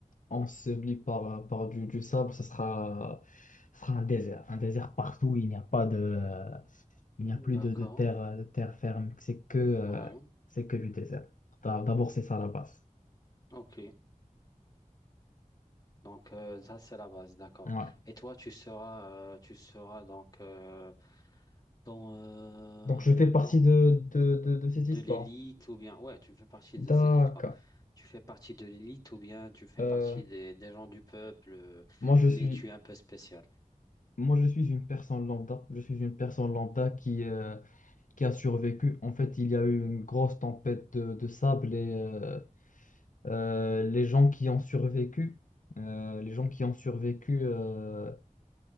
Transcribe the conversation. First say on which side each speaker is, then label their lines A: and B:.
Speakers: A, on the left (about 70°); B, on the left (about 30°).
A: ensevelie par, par du, du sable. Ce sera, ce sera un désert, un désert partout. Il n'y a pas de, euh, il n'y
B: D'accord.
A: a plus de, de terre, de terre ferme. C'est que, euh,
B: Ouais.
A: c'est que du désert. D'abord, c'est ça la base.
B: Ok. Donc euh, ça c'est la base, d'accord.
A: Ouais.
B: Et toi tu seras euh, tu seras donc euh, dans euh,
A: Donc, je fais
B: dans
A: partie de, de, de, de cette
B: de
A: histoire.
B: l'élite ou bien ouais tu fais partie
A: D'accord.
B: de ces histoires. Tu fais partie de l'élite ou bien tu fais
A: Euh,
B: partie des, des gens du peuple, euh,
A: moi, je suis,
B: mais tu es un peu spécial.
A: moi, je suis une personne lambda. Je suis une personne lambda qui, euh, qui a survécu. En fait, il y a eu une grosse tempête de, de sable et euh, euh, les gens qui ont survécu, euh, les gens qui ont survécu, euh,